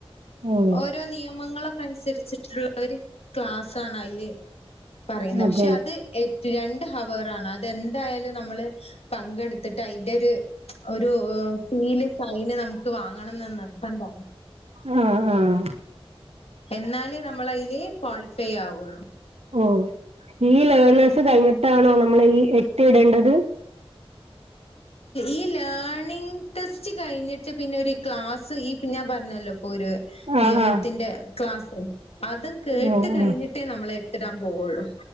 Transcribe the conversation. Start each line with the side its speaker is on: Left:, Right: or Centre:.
Right: ഉം
Left: ഓരോ നിയമങ്ങളൊക്കെ അനുസരിച്ചിട്ടുള്ള ഒരു ക്ലാസ്സാണയ്ല് പറയുന്ന
Right: അതെ
Left: പക്ഷെ അത് ഏറ്റു രണ്ട് ഹവറാണ് അതെന്തായാലും നമ്മള് പങ്കെടുത്തിട്ട് അയ്ന്റെ ഒരു ഒരു സീല് സൈന് നമുക്ക് വാങ്ങണന്ന് നിർബന്ധ
Right: ആഹ് ആഹ്
Left: എന്നാലേ നമ്മള് അതില് ക്വാളിഫൈ ആവുള്ളൂ.
Right: ഉ ഈ ലേണേഴ്സ് കഴിഞ്ഞിട്ടാണോ നമ്മൾ ഈ എട്ട് ഇടേണ്ടത്?
Left: ഈ ലേണിങ് ടെസ്റ്റ് കഴിഞ്ഞിട്ട് പിന്നെ ഒരു ക്ലാസ് ഈ പ്പൊ ഞാൻ പറഞ്ഞല്ലോ ഇപ്പൊ ഒരു
Right: ആ
Left: നിയമത്തിന്റെ
Right: ആ
Left: ക്ലാസ്സ് അതും കേട്ട്
Right: ഓ
Left: കഴിഞ്ഞിട്ടേ
Right: ആ
Left: നമ്മൾ എട്ടിടാൻ പോവുള്ളു.